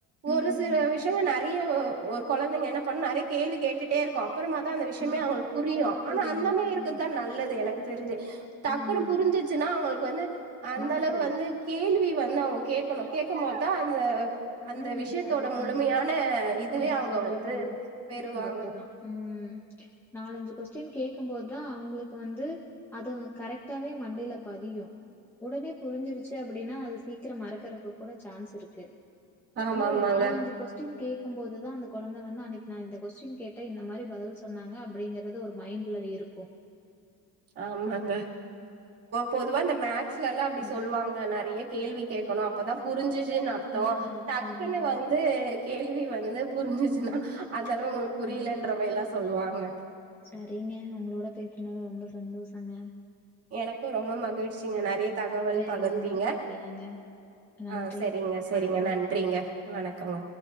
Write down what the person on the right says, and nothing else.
ஒரு சில விஷயங்க ந நெறைய ஒரு குழந்தைங்க என்ன பண்ணும் நெறைய கேள்வி கேட்டுட்டே இருக்கும் அப்புறமா தான் அந்த விஷயமே
அவங்களுக்கு புரியும்
ஆனா அந்தமே இருக்குத்தான்
நல்லது எனக்கு தெரிது டக்குனு
புரிஞ்சிச்சுன்னா அவங்களுக்கு வந்து அந்த
அளவு வந்து கேள்வி வந்தா அவங்க கேட்கணும் கேட்கும்போதுதான் அந்த
விஷயத்தோட
முழுமையான இதுவே
அவங்க
வந்து பெறுவாங்க
ஆமா
ஆமாங்க
ஆமாங்க பொதுவா இந்த மேக் ஸ்ல எல்லாம் அப்படி
சொல்லுவாங்க நெறைய கேள்வி கேட்கணும் அப்பதான் புரிஞ்சு நடத்தோம்
டக்குன்னு
வந்து கேள்வி வந்து புரிஞ்சுச்சுன்னா
அந்த அளவு உங்களுக்கு புரியலன்றவ
சொல்லுவாங்க
எனக்கும் ரொம்ப மகிழ்ச்சிங்க நெறைய தகவல்
பகிர்ந்தீங்க
ஆஹ் சரிங்க சரிங்க
நன்றிங்க வணக்கங்க